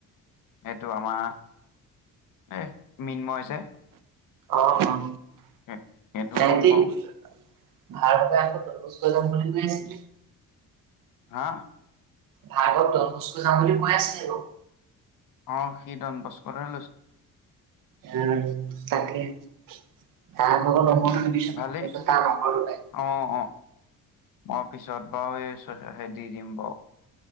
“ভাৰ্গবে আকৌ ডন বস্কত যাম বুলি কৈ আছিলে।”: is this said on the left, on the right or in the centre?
Right